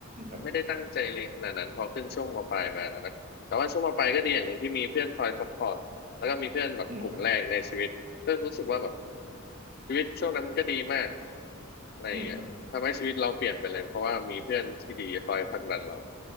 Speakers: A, on the right (about 35°); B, on the left (about 45°).
A: ครับ
B: ไม่ได้ตั้งใจเรียนขนาดนั้นพอขึ้นช่วงมปลายมานะแต่ว่าช่วงมปลายก็ดีอย่างหนึ่งที่มีเพื่อนคอยซัพพอร์ตแล้วก็มีเพื่อนแบบกลุ่มแรกในชีวิตก็รู้สึกว่าแบบ
A: อืมครับ
B: ชีวิตช่วงนั้นมันก็ดีมากอะไรอย่างเงี้ยทำให้ชีวิตเราเปลี่ยนไปเลยเพราะว่ามีเพื่อนที่ดีคอยผลักดันเรา
A: อืมครับ